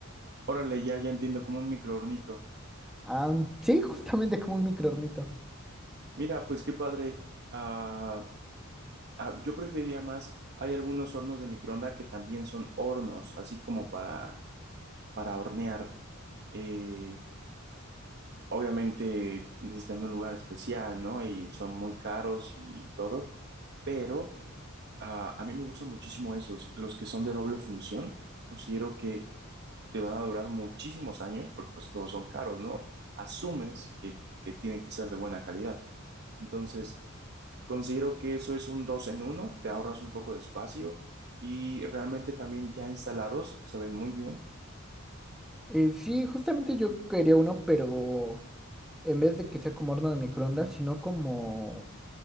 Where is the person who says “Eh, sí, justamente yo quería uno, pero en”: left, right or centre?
Centre